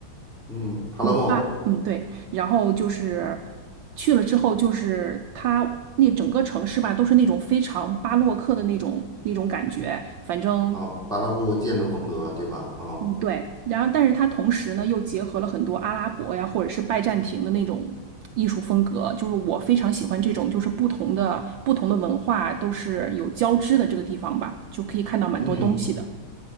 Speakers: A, in the centre; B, on the right.
A: 嗯，帕拉莫
B: 嗯，巴，嗯，对。然后就是去了之后，就是他那整个城市吧，都是那种非常巴洛克的那种那种感觉，反正
A: 啊，巴洛布建筑风格对吧？啊，
B: 嗯，对，然后但是它同时呢又结合了很多阿拉伯呀，或者是拜占庭的那种艺术风格，就是我非常喜欢这种，就是不同的不同的文化都是有交织的这个地方吧，就可以看到蛮多东西的。
A: 嗯，